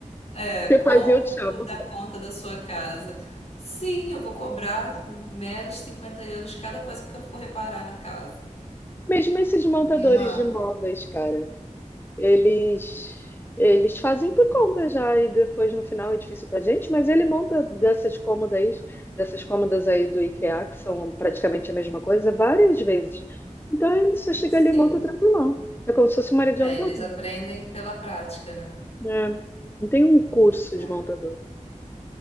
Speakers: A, on the left (about 50°); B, on the left (about 15°).
A: é,
B: Você
A: como
B: faz, e eu te chamo.
A: dar conta da sua casa. Sim, eu vou cobrar meros 50 euros cada coisa que eu for reparar na casa.
B: Mesmo esses montadores
A: Tem uma.
B: de imóveis, cara, eles eles fazem por conta já e depois no final é difícil pra gente, mas ele monta dessas cômodas, dessas cômodas aí do IKEA, que são praticamente a mesma coisa, várias vezes. Então ele só chega
A: Sim.
B: ali e monta tranquilão. É como se fosse uma área de
A: É,
B: aluguel.
A: eles aprendem pela prática, né?
B: né? É, não tem um curso
A: É.
B: de montador.